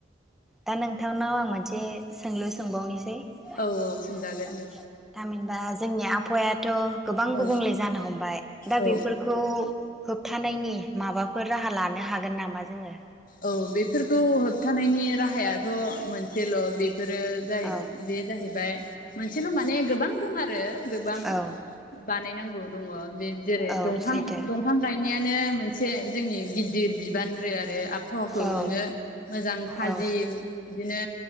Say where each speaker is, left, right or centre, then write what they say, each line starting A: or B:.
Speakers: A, in the centre; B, on the left.
A: दा नोंथांनाव आं मोनसे सोंलु सोंबावनि सै थामहिनबा
B: औ औ सोंजागोन दे
A: जोंनि आबहावायाथ गोबां
B: औ
A: गुबुंले जानो हमबाय दा
B: औ
A: बेफोरखौ होबथा थानायनि माबाफोर राहा लानो हागोन नामा जोंङो।
B: औ बेफोरखौ होबथानायनि राहायाथ मोनसेल बे बेफोरो जाहै
A: औ
B: बे जाहैबाय मोनसेल माने गोबां दं आरो गोबां
A: औ
B: बानायनांगौ दङ बे जेरै
A: औ
B: दंफां
A: सैथो
B: दंफां गायनायानो मोनसे जोंनि गिदिर बिबानग्रो आरो आब हावाखौ
A: औ
B: नोंङो मोजां थाजिम
A: औ
B: बिदिनो